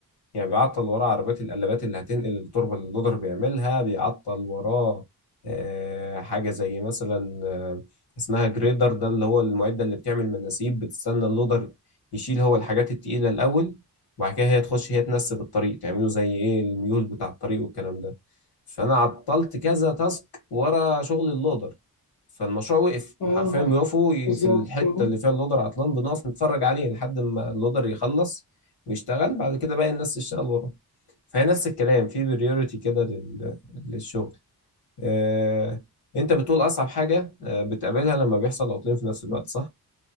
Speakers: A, on the left; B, on the left.
A: يعني بيعطل وراه عربيات القلابات اللي هتنقل التربة اللي اللودر بيعملها بيعطل وراه آه، حاجة زي مثلا آه، اسمها جريدر ده اللي هو المعدة اللي بتعمل مناسيب بتستنى اللودر يشيل هو الحاجات التقيلة الأول وبعد كده هي تخش هي تنسب الطريق تعمله زي ايه الميول بتاع الطريق والكلام ده فأنا عطلت كذا تاسك ورا شغل اللودر فالمشروع وقف
B: اه
A: حرفيا بيقفوا
B: بالظبط
A: في الحتة
B: اه
A: اللي فيها اللودر عطلان بنقف نتفرج عليه لحد ما اللودر يخلص ويشتغل بعد كده باقي الناس تشتغل وراه فهي نفس الكلام في بريوريتي كده لل- للشغل آه، انت بتقول اصعب حاجة آه، بتقابلها لما بيحصل عطلين في نفس الوقت صح؟